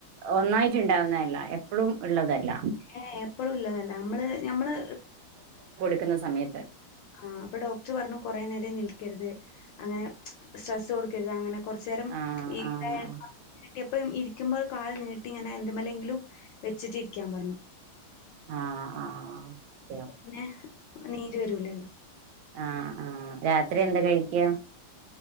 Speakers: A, on the right (about 75°); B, on the left (about 75°).
A: ഒന്നായിട്ട് ഉണ്ടാവുന്നതല്ല, എപ്പഴും ഉള്ളതല്ല
B: ഏ എപ്പഴും ഇള്ളതല്ല നമ്മള് നമ്മള്
A: ക്കുന്ന സമയത്ത്
B: ആഹ് അപ്പൊ ഡോക്ടർ പറഞ്ഞു കൊറേ നേരം നിൽക്കരുത്, അങ്ങനെ സ്ട്രെസ്സ് കൊടുക്കരുത്, അങ്ങനെ കൊറച്ചു നേരം
A: ആഹ്
B: ഈ
A: ആഹ്
B: ഇതായാണ്ട് കിട്ടിയപ്പം ഇരിക്കുമ്പോൾ കാൽ നീട്ടി ഇങ്ങനെ എന്ത്മ്മലെങ്കിലും വെച്ചിട്ട് ഇരിക്കാൻ പറഞ്ഞു.
A: ആഹ് ആഹ് ഓക്കെ
B: പിന്നെ നീര് വരൂലല്ലോ.
A: ആഹ് ആഹ് രാത്രി എന്താ കഴിക്കാ?